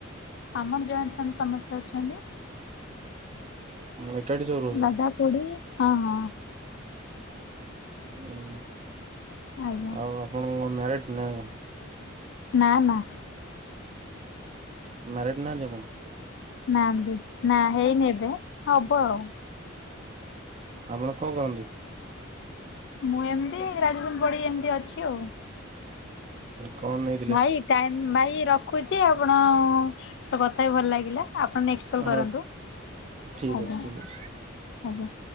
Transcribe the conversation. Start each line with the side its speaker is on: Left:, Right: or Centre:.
Left: ଆମର ଜଏଣ୍ଟ ଫାମିଲି ସମସ୍ତେ ଅଛନ୍ତି।
Right: ଏକାଠି ସବୁ ରହୁଛ?
Left: ଦାଦା ଖୁଡି ହଁ ହଁ ହଁ।
Right: ହୁଁ
Left: ଆଜ୍ଞା
Right: ଆଉ ଆପଣ ମ୍ୟାରଟ ନାଁ?
Left: ନାଁ ନାଁ।
Right: ମ୍ୟାରଡ୍ ନାହାନ୍ତି ଆପଣ?
Left: ନାନ୍ତି ନାଁ ହେଇନି ଏବେ ହବ ଆଉ।
Right: ଆପଣ କଣ କରନ୍ତି?
Left: ମୁଁ ଏମିତି ଗ୍ରାଜୁଏସନ ପଢ଼ିକି ଏମିତି ଅଛି ଆଉ।
Right: କଣ ନେଇ
Left: ଭାଇ ଟାଇମ ଭାଇ ରଖୁଛି ଆପଣ ସ କଥା ହେଇକି ଭଲ ଲାଗିଲା ଆପଣ ନେ
Right: ହଁ
Left: କରନ୍ତୁ
Right: ଠିକ୍
Left: ଆଜ୍ଞା
Right: ଅଛି
Left: ଆଜ୍ଞା।
Right: ଠିକ୍ ଅଛି।